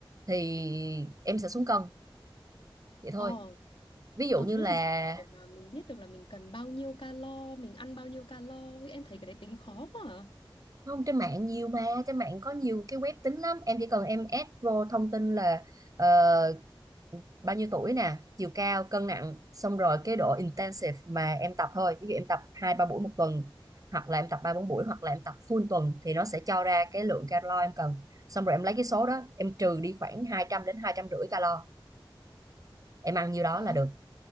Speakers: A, on the right (about 40°); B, on the left (about 80°).
A: thì em sẽ
B: À,
A: xuống cân vậy thôi
B: Ờ
A: ví dụ
B: ờ
A: như
B: thế
A: là
B: làm sao để mà mình biết được là mình cần bao nhiêu calo, mình ăn bao nhiêu calo em thấy cái đấy tính khó quá. À.
A: không trên mạng nhiều mà trên mạng có nhiều cái web tính lắm em chỉ cần em add vô thông tin là ờ, bao nhiêu tuổi nè chiều cao cân nặng xong rồi cái độ intensive mà em tập thôi ví dụ em tập hai ba buổi một tuần hoặc là em tập ba bốn buổi hoặc là em tập full tuần thì nó sẽ cho ra cái lượng calo em cần xong rồi em lấy cái số đó em trừ đi khoảng hai trăm đến hai trăm rưỡi calo em ăn nhiêu đó
B: Ờ
A: là được